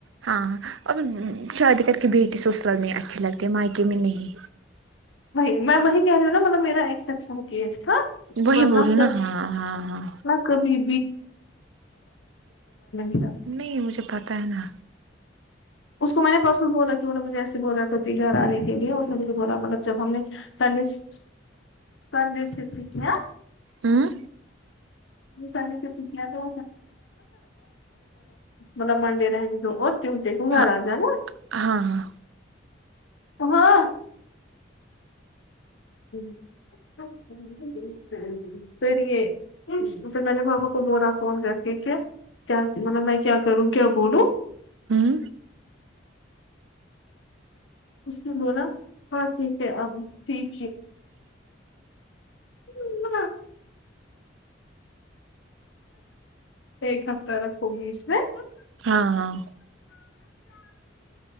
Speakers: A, on the right; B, on the left.
A: ہاں ہاں ا شادی کر کے بیٹی سسرال میں اچھی لگتی مائکے میں نہیں
B: وہی میں وہی کہہ رہی ہوں نا مطلب میرا ایکسپشن کیس تھا
A: وہی
B: ورنہ
A: بول رہی ہو نا ہاں ہاں ہاں
B: کبھی <inaudible>
A: نہیں مجھے پتاہ ہے نا
B: اس کو میں نے پرس بولا کہ بولے مجھے ایسے بولا توھی گھر آنے کے لیے اس نے مجھے بولا مطلب جب ہم نے سندش سندیش کس نے
A: ہوں
B: <unintelligible> چلو مطلب منڈے رہنے دو اور ٹیوزڈے کو گھر
A: ہاں
B: آ جا نا
A: ہاں ہاں
B: ہاں <unintelligible> پھر یہ میں نے بابا کو بولا کے فون کرکے پھر کیا مطلب میں کیا کروں کیا بولوں
A: ہوں
B: اس نے بولا ہاں ٹھیک ہے ابھی ٹھیک ٹھیک ہے ایک ہفتہ رکھو گی اس میں
A: ہاں ہاں